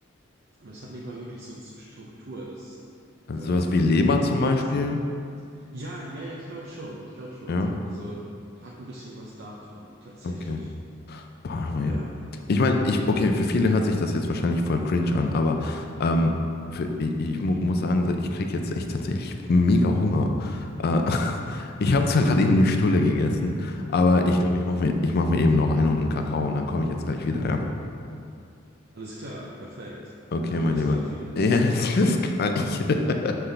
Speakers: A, on the right; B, on the left.
A: es hat nicht mal wirklich so Z- Struktur. Das
B: Also
A: äh,
B: sowas wie Leber zum
A: nicht.
B: Beispiel.
A: Ja, ja, ja, ich glaube schon. Ich glaube schon.
B: Ja,
A: Also hat ein bisschen was davon, tatsächlich.
B: okay. Parma-
A: Ja,
B: Ich meine, ich, okay, für viele hört sich das jetzt wahrscheinlich voll cringe an, aber ähm, für, ich, ich mu muss sagen, so, ich kriege jetzt echt tatsächlich mega Hunger. Äh, <laughs> ich habe zwar gerade eben eine Stulle gegessen, aber ich glaube, ich mache mir, ich mach mir eben noch eine und einen Kakao und dann komme ich jetzt gleich wieder, ja?
A: alles klar, perfekt.
B: Okay,
A: Dann hören
B: mein
A: wir uns
B: Lieber.
A: gleich wieder.
B: Ja, <laughs> es ist das Gleiche.